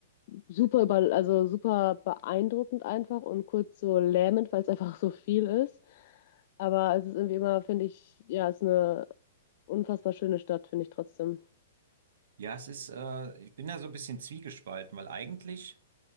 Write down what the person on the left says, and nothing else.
super über, also super beeindruckend einfach und kurz so lähmend, weil es einfach so viel ist. Aber es ist irgendwie immer, finde ich, ja, es ist eine unfassbar schöne Stadt, finde ich trotzdem.